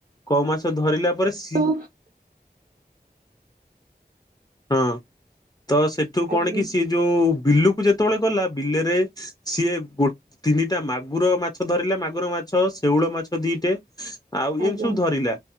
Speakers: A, on the left (about 25°); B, on the right (about 60°).
A: କଉ ମାଛ ଧରିଲା ପରେ ସି
B: ସବୁ
A: ହଁ ତ ସେଠୁ କଣ
B: ଆଜ୍ଞା
A: କି ସି ଯୋଉ ବିଲକୁ ଯେତେବେଳେ ଗଲା ବିଲରେ ସି ଗୋ ତିନିଟା ମା ମାଗୁର ମାଛ ଧରିଲା ମାଗୁର ମାଛ ଶେଉଳ ମାଛ ଦିଟେ ଆଉ ଏମିତି
B: ଆଜ୍ଞା
A: ସବୁ ଧରିଲା।